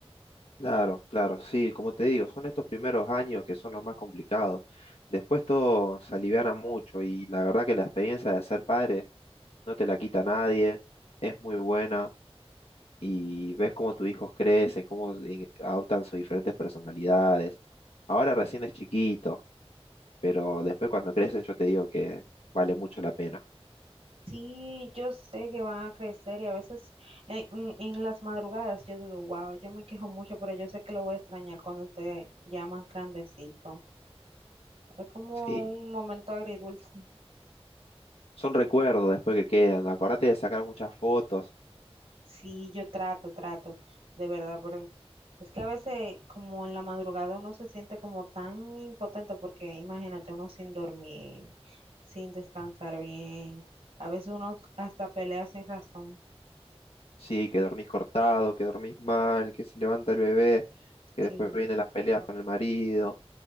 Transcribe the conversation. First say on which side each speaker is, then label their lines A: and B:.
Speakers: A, on the left (about 70°); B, on the right (about 70°).
A: Claro, claro, sí, como te digo, son estos primeros años que son los más complicados. Después todo se aliviana mucho y la verdad que la experiencia de ser padre no te la quita nadie, es muy buena. y ves cómo tus hijos crecen, cómo eh, adoptan sus diferentes personalidades. Ahora recién es chiquito, pero después cuando crecen yo te digo que vale mucho la pena.
B: Sí, yo sé que van a crecer y a veces en, en- en las madrugadas yo digo, wow, yo me quejo mucho, pero yo sé que lo voy a extrañar cuando esté ya más grandecito. Es como
A: Sí,
B: un momento agridulce.
A: son recuerdos después que quedan. Acordate de sacar muchas fotos.
B: Sí, yo trato, trato, de verdad, pero es que a veces como en la madrugada uno se siente como tan impotente porque imagínate uno sin dormir, sin descansar bien, a veces uno hasta pelea sin razón.
A: Sí, que dormís cortado, que dormís mal, que se levanta el bebé, que
B: Sí,
A: después vienen las peleas con el marido.